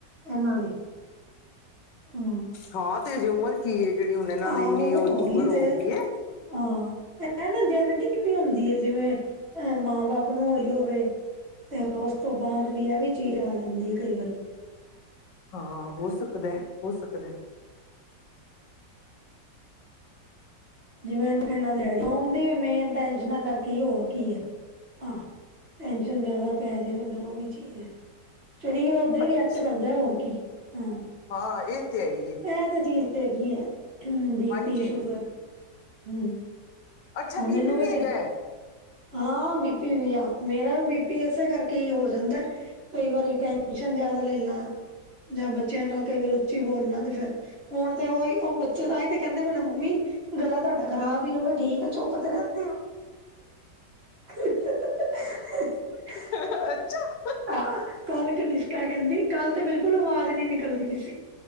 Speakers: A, on the right (about 35°); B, on the left (about 80°).
A: ਐਨਾਂ ਦੀ ਹੂ।
B: ਹਾਂ, ਤੇ ਹਜੇ ਉਮਰ ਕੀ ਏ, ਜੇੜੀ ਹੁਣੇ ਨਾਲ
A: ਆਹੋ
B: ਵੀਨੀ ਓਹ ਸ਼ੂਗਰ
A: ਉਹੀ
B: ਹੋਗੀ
A: ਤੇ
B: ਏ।
A: ਹਾਂ, ਐਹ ਨਾ ਜੈਨੇਟਿਕ ਵੀ ਹੁੰਦੀ ਏ, ਜਿਵੇਂ ਅਹ ਮਾਂ-ਬਾਪ ਨੂੰ ਹੋਰੀ ਹੋਵੇ। ਤੇ ਓਸ ਤੋਂ ਬਾਦ ਵੀ ਐਵੀ ਚੀਜ਼ ਆ ਜਾਂਦੀ ਏ ਕਈ ਵਾਰੀ।
B: ਹਾਂ, ਹੋ ਸਕਦੈ ਹੈ, ਹੋ ਸਕਦੈ ਹੈ
A: ਜਿਵੇਂ ਏਨਾਂ ਦੇ ਡੇਡੀ, ਓਂਦੀ ਵੀ ਮੇਨ ਟੈਸਨਾਂ ਕਰਕੇ ਹੋਰ ਕੀ ਏ। ਆਹ ਟੈਨਸ਼ਨ ਜਯਾਦਾ ਪੈ ਜੇ ਤੇ ਫੇਰ ਓ ਵੀ ਚੀਜ਼ ਏ। ਸਰੀਰ ਓਦਾਂ ਈ
B: ਅੱਛਾ
A: ਰਿਐਕਟ ਕਰਦਾ ਹੋਰ ਕੀ। ਹਾਂ
B: ਹਾਂ ਇਹ ਤੇ ਹੈ ਹੀ ਹੈ
A: ਐ ਤੇ ਚੀਜ਼ ਹੈਗੀ ਐ ਹ ਬੀਪੀ,
B: ਹਾਂਜੀ
A: ਸ਼ੂਗਰ। ਹੂ
B: ਅੱਛਾ
A: ਹੁਣ
B: ਬੀਪੀ
A: ਮੈਨੂੰ ਵੀ
B: ਹੈਗਾ
A: ਤੇ।
B: ਹੈ
A: ਹਾਂ ਬੀਪੀ ਵੀ ਆ ਮੇਰਾ ਵੀ ਬੀਪੀ ਏਸੇ ਕਰਕੇ ਹੀ ਹੋ ਜਾਂਦਾ। ਕਈ ਵਾਰੀ ਟੈਨਸ਼ਨ ਜਾਦਾ ਲੈ ਲਾਂ। ਜਾਂ ਬੱਚਿਆਂ ਨਾਲ ਕਈ ਵਾਰੀ ਉੱਚੀ ਬੋਲਣਾ ਤੇ ਫੇਰ। ਹੁਣ ਤੇ ਓਈ ਓ ਬੱਚੇ ਤਾਂਹੀ ਤੇ ਕੈਂਦੇ ਵੀ ਨੇ ਮੰਮੀ- ਗਲਾ ਤੁਹਾਡਾ ਖ਼ਰਾਬ ਈ ਰਵੇ ਠੀਕ ਐ, ਚੁੱਪ ਤੇ ਰਹਿੰਦੇ ਓ। <unintelligible>
B: ਹਾਹਾਂ -ਅੱਛਾ
A: ਆਹ ਕੱਲ ਕਨਿਸ਼ਕਾ ਕੈਂਹਦੀ ਕੱਲ੍ਹ ਤੇ ਬਿਲਕੁਲ ਆਵਾਜ਼ ਨੀ ਨਿਕਲਦੀ ਵੀ ਸੀ।